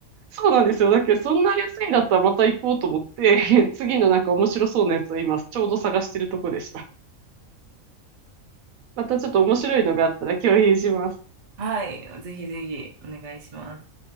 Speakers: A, on the right; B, on the right.
A: そうなんですよ。だけど、そんな安いんだったらまた行こうと思って、<laughs> 次のなんか面白そうなやつを今、ちょうど探してるとこでした。またちょっと面白いのがあったら共有します。
B: はい。ぜひぜひお願いします。